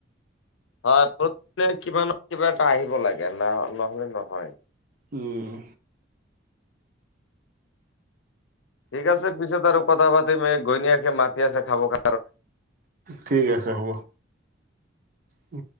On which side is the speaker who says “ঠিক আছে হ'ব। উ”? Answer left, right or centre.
Right